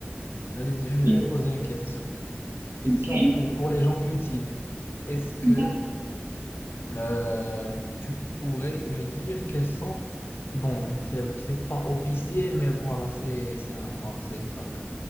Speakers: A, on the left (about 60°); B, on the right (about 75°).
A: vas-y, je, je
B: Mais
A: vais te poser une question, question
B: Ok,
A: pour, pour les gens cultivés. Est-ce que
B: d'accord,
A: euh, tu pourrais me dire quels sont, bon, c'est c'est pas officiel, mais voilà, c'est c'est un, voilà, c'est une start quoi.